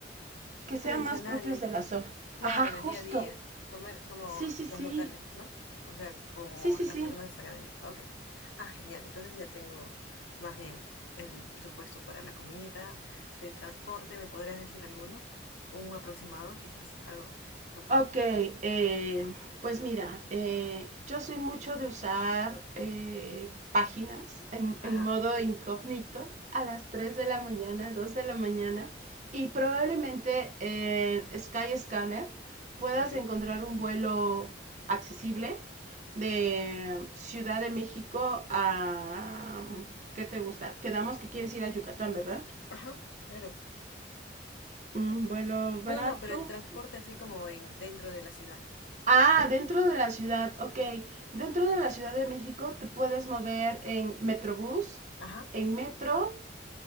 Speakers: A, on the right; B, on the left.
A: que sean
B: tradicionales.
A: más propios de la zona.
B: claro,
A: Ajá, justo.
B: del día a día, comer como
A: Sí, sí,
B: los
A: sí.
B: locales, ¿no? O sea, como
A: Sí, sí,
B: las
A: sí.
B: personas que están allá. Ok. Ah, genial. Entonces ya tengo más bien el presupuesto para la comida, del transporte, ¿me podrías decir alguno? Un aproximado, quizás, algo puntual.
A: Ok, eh, pues mira, eh, yo soy mucho de usar eh, páginas en,
B: Ajá,
A: en modo incógnito a las 3 de la mañana, dos de la mañana y probablemente en Skyscanner puedas
B: ok.
A: encontrar un vuelo accesible de Ciudad de México a... ¿Qué te gusta? Quedamos que quieres ir a Yucatán, ¿verdad?
B: Ajá, claro.
A: Un vuelo barato,
B: No, no, no, pero el transporte así como en dentro de la ciudad.
A: Ah, dentro de la ciudad, ok. Dentro de la Ciudad de México te puedes mover en Metrobús,
B: Ajá,
A: en metro